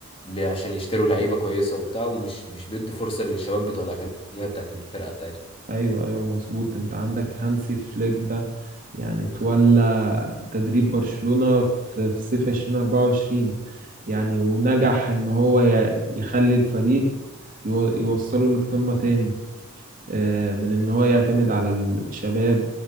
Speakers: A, on the left; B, on the right.
A: ل- عشان يشتروا لعيبه كويسه وبتاع ومش مش بيدوا فرصه للشباب بتوع الاكاديميه بتاعت الفرقه بتاعتهم
B: ايوه ايوه مظبوط انت عندك هانسي فليك ده يعني تولى تدريب برشلونة في في صيف 2024 يعني ونجح
A: مم.
B: ان هو ي- يخلي الفريق يو- يوصله للقمة تاني آه، من ان هو يعتمد على الشباب